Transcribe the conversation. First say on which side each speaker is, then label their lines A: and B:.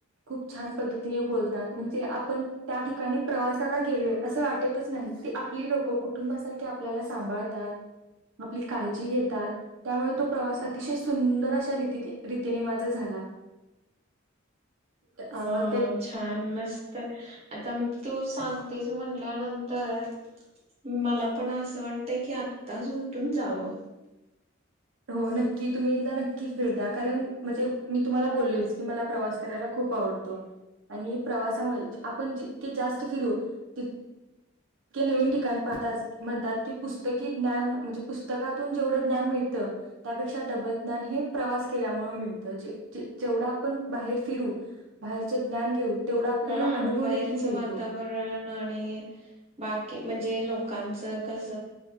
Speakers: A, on the right; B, on the right.
A: खूप छान पद्ती बोलतात म्हणजे आपण त्या ठिकाणी प्रवासाला गेलोय अस वाटतच नाही ती आपली लोक कुटुंबासारखी आपल्याला सांभाळतात आपली काळजी घेतात त्यामुळे तो प्रवास अतिशय सुंदर अशा रीती रीतीने माझा झाला. आ
B: ह छान मस्त आता तू सांगतेस म्हणल्यानंतर मला पण अस वाटतय की आत्ताच उठून जाव.
A: हो नक्की तुम्ही एकदा नक्कीच भेट द्या कारण म्हणजे मी तुम्हाला बोललेच की मला प्रवास करायला खूप आवडतो आणि प्रवासामुळे आपण जितके जास्त फिरू ती इतके नवीन ठिकाण पाहतात म्हणतात की पुस्तकी ज्ञान म्हणजे पुस्तकातून जेवढ ज्ञान मिळत त्यापेक्षा डबल ज्ञान हे प्रवास केल्यामुळे मिळत जे जे जेवढ आपण बाहेर फिरू बाहेरचे ज्ञान घेऊ. तेवढा आपल्याला
B: हम्म
A: अनुभव
B: बाहेरच
A: देखील मिळतो
B: वातावरण आणि बाकी म्हणजे लोकांच कस